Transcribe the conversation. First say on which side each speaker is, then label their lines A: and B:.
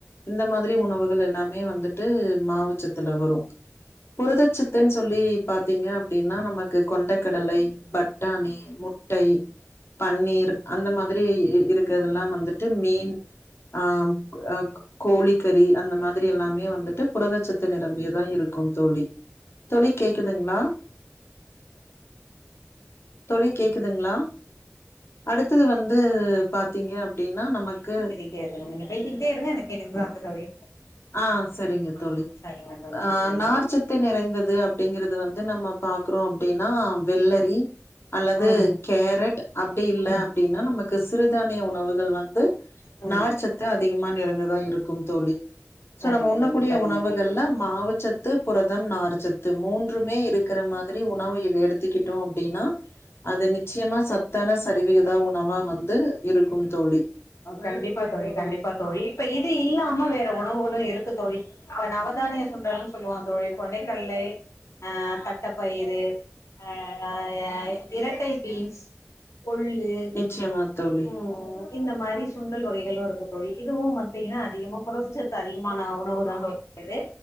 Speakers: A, on the left; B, on the left.
A: இந்த மாதிரி உணவுகள் எல்லாமே மாவுச்சத்துல வரு புரதச்சத்துன்னு சொல்லி பாத்தீங்க அப்டின்னா நமக்கு கொண்டை கடலை, பட்டாணி முட்டை, பன்னீர் அந்த மாதிரி இருக்கறதல்லா வந்துட்டு மீன் ஆ அக் கோழிக்கறி அந்த மாதிரி எல்லாமே வந்துட்டு புரதச்சத்து நிரம்பியதா இருக்குந் தோழி தோழி கேக்குதுங்ளா தோழி கேக்குதுங்ளா அடுத்தது வந்து பாத்தீங்க அப்டின்னா நமக்கு
B: ஃப்ரீயா இருங்க நீங்க பேசிக்கிட்டே இருங்க நா கேட்டுகிட்டுதா இருப்ப தோழி
A: ஆ சரிங்க
B: ஆ
A: தோழி
B: சரிங்க தோழி
A: அ
B: சரிங்க
A: நார்சத்து
B: தோழி
A: நிறைந்தது அப்டிங்கறது வந்து நம்ம பாக்குறோ அப்டின்னா வெள்ளரி அல்லது
B: ம்
A: கேரட் அப்டி இல்ல
B: ம்
A: அப்டின்னா நமக்கு சிறுதானிய உணவுகள் வந்து
B: ம்
A: நார் சத்து அதிகமா நிறைந்த தா இருக்கும் தோழி சோ
B: சரிங்க
A: நம்ம உண்ணக்
B: தோழி
A: கூடிய
B: சரிங்க
A: உணவுகள்ள
B: தோழி
A: மாவுச்சத் து புரதம் நார் சத்து மூன்றுமே இருக்கற மாதிரி உணவு எடு எடுத்துக்கிட்டோ அப்டின்னா அது நிச்சயமா சத்தான சரிவிகிதா உணவா வந்து இருக்கும் தோழி
B: கண்டிப்பா தோழி கண்டிப்பா தோழி இப்ப இது இல்லாம வேற உணவுகளு இருக்கு தோழி இப்ப நவதானிய சுண்டல்ன்னு சொல்லுவா தோழி கொண்டைக்கல்லை ஆ தட்டப்பயிறு அ இரட்டை பீன்ஸ் கொள்ளு
A: நிச்சயமா தோழி
B: ம் இந்த மாரி சுண்டல் வகைகளு இருக்கு தோழி இதுவு பாத்தீங்கனா அதிகமா புரதச்சத்து அதிகமான உணவு தா தோழி து